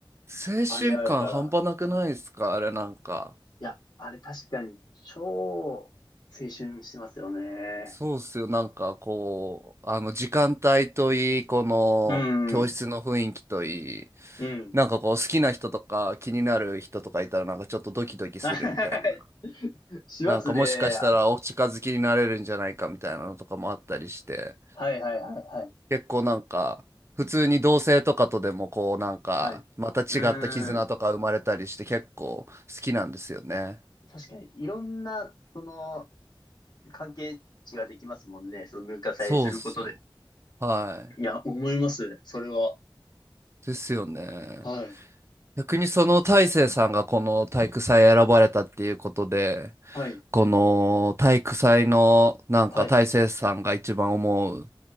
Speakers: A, on the right; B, on the left.
A: 青春感半端なくないですかあれなんか。
B: 味わえるから。いや、あれ確かに超青春してますよね。
A: そうっすよ。なんかこう、あの時間帯といい、この教室の雰囲気といい、
B: うん、うん。
A: なんかこう好きな人とか気になる人とかいたらなんかちょっとドキドキするみたいな。
B: <laughs> はいしますね、
A: なんかもしかしたらお近づきになれるんじゃないかみたいなのとかもあったりして、
B: あれは。はいはいはいはい。
A: 結構なんか普通に同性とかとでもこうなんかまた違った絆とか生まれたりして結構好きなんですよね。
B: はい。うーん。確かに、いろんな、その、関係値ができますもんね。その文化祭することで。
A: そうっすよ。はい。
B: いや、思います。それは。
A: ですよね。
B: はい。
A: 逆にその大成さんがこの体育祭選ばれたっていうことで、
B: はい。
A: この体育祭のなんか大成さんが一番思う
B: はい。